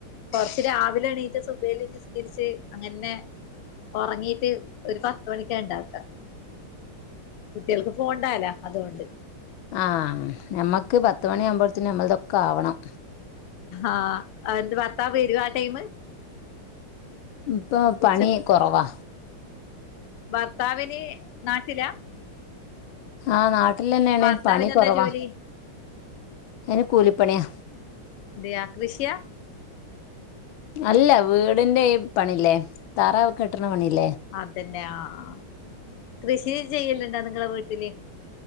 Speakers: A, on the left; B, on the left.
A: കൊറച്ച് രാവിലെ എണീച്ച് സുബ്ഹ് എല്ലാം നിസ്കരിച്ച് അങ്ങനെ ഉറങ്ങീട്ട് ഒരു പത്ത് മണിക്കാ ഇണ്ടാക്ക കുട്ടികൾക്ക് പോണ്ടാല അതുകൊണ്ട്
B: ആഹ് നമക്ക് പത്ത് മണി ആകുമ്പോഴത്തേനും നമ്മൾതൊക്കെ ആവണം
A: ആഹ് എന്ത് ഭർത്താവ് വരുവാ ആ ടൈം
B: ഇപ്പോ പണി
A: ഉച്ചക്ക്
B: കുറവാ
A: ഭർത്താവിന് നാട്ടിലാ
B: ആഹ് നാട്ടിൽ തന്നെയാണ്
A: ഭർത്താവിന്
B: പണി
A: എന്താ
B: കുറവാ
A: ജോലി
B: അയിന് കൂലിപ്പണിയാ
A: അതെയാ കൃഷിയാ
B: അല്ല വീടിന്റെ ഈ പണില്ലേ തറ കെട്ടണ പണിയില്ലേ
A: അതന്നെയാ ആഹ് കൃഷി ചെയ്യലുണ്ട നിങ്ങളെ വീട്ടില്